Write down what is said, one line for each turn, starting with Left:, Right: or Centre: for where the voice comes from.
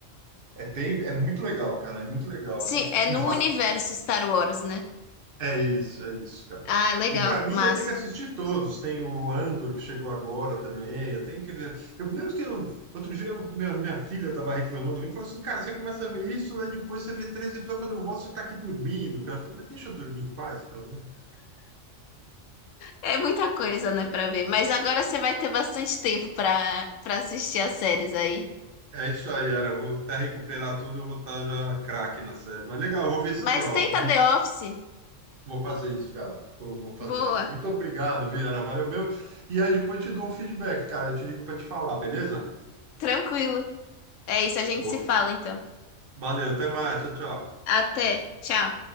Right: é, é bem, é muito legal, cara, é muito legal,
Left: Sim,
Right: assim.
Left: é
Right: E
Left: no
Right: vai,
Left: universo Star Wars, né?
Right: é isso, é isso, cara.
Left: Ah, legal,
Right: E para mim,
Left: massa.
Right: eu tenho que assistir todos. Tem o Andor, que chegou agora também. Eu tenho que ver. Eu, mesmo que eu, outro dia, minha, minha filha estava reclamando. Me falou assim: Cara, você começa a ver isso, né? Depois você vê três episódios. Quando eu volto, você está aqui dormindo, cara. Eu falei, Mas deixa eu dormir em paz, pelo menos.
Left: É muita coisa, né, pra ver. Mas agora você vai ter bastante tempo pra, pra assistir as séries aí.
Right: É isso aí, Ara. eu Vou até recuperar tudo. Eu vou estar já craque na série. Mas legal, eu vou ver esse
Left: Mas
Right: The Office.
Left: tenta The Office.
Right: Vou fazer isso, cara. Vou, vou fazer
Left: Boa,
Right: sim. Muito obrigado, viu, Ara? Valeu meu. E aí depois eu te dou um feedback, cara. Eu te ligo para te falar, beleza?
Left: tranquilo. É isso, a gente
Right: Boa.
Left: se fala então.
Right: Valeu, até mais. Tchau, tchau.
Left: Até, tchau.